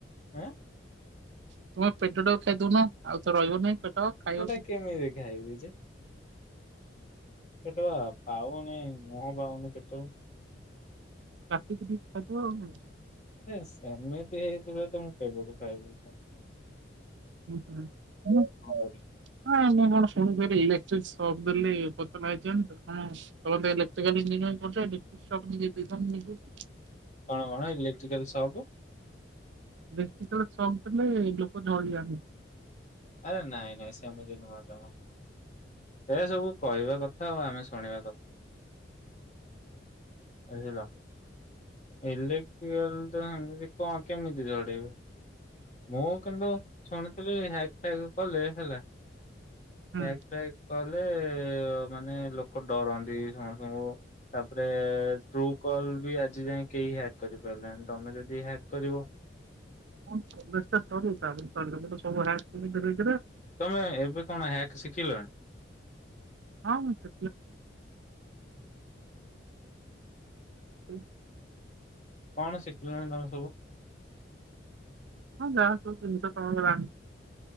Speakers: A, on the left; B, on the right.
A: ଆଁ।
B: ତୁମେ ପେଟଟାକୁ ଖାଇଦୋଉନ ଆଉ ରହିବନି ପେଟ ଖାଇବ
A: ଟା
B: କେମିତି
A: ଖାଇବି ଯେ ପେଟ ପା ପାଉନି ମୁହଁ ପାଉନି ପେଟ
B: କାଟିକି ଖାଇବ ଆଉ।
A: ହେ ସେମିତି ହେଇଥିବ ତ ମୁଁ କେବେ ଠୁ ଖାଇ ଦେଇଥାନ୍ତି।
B: <unintelligible> କଣ ଶୁଣିଥିଲି
A: କରିବି।
B: <unintelligible> ଶପ୍ ଦେଲି ପୋତନାଇଜନ୍ <unintelligible> ଇଲେକଟ୍ରିକାଲ୍‌ ଇଞ୍ଜିନିରିଙ୍ଗ ପଡିଥିଲା ଡିପିସପ୍ <unintelligible>
A: କଣ କଣ ଇଲେକ୍ଟ୍ରିକାଲି ସପ୍
B: ଇଲେକାଟ୍ରିକଲ୍ ସକ୍ ଦେଲେ ଲୋକ ଝଡିଯାଆନ୍ତି।
A: ଆରେ ନାଇଁ ନାଇଁ ସେମିତି ନୁହଁ ଜମା। ଏ ସବୁ କହିବା କଥା ଆଉ ଆମେ ଶୁଣିବା ବୁଝିଲ। ଇଲେକ୍ଟ୍ରିକାଲ୍ ତ ଏମିତି କଅଁ କେମିତି ଝଡ଼େଇବେ? ମୁଁ କିନ୍ତୁ ଶୁଣିଥିଲି ହ୍ୟାଗ ଫ୍ୟାଗ କଲେ ହେଲା
B: ହୁଁ।
A: ହ୍ୟାଗ ଫ୍ୟାଗ କଲେ ଏ ମାନେ ଲୋକ ଡରନ୍ତି ସମସ୍ତଙ୍କୁ ତାପରେ ଟ୍ରୁ କଲ୍ ବି ଆଜି ଯାଇ କେହି ହ୍ୟାକ୍ କରିପାରି ନାହାନ୍ତି, ତମେ ଯଦି ହ୍ୟାକ୍ କରିବ
B: ମୋ କଲେଜ୍ ଟା ସରୁ <unintelligible> ସବୁ ହ୍ୟାଗ <unintelligible>
A: ତମେ ଏବେ କଣ ହ୍ୟାଗ୍ ଶିଖି
B: ହଁ ସେ <unintelligible>
A: କଣ ଶିଖିଲାଣି ତମେ ସବୁ?
B: ହଁ ଯାହା ସବୁ ଜିନିଷ <unintelligible>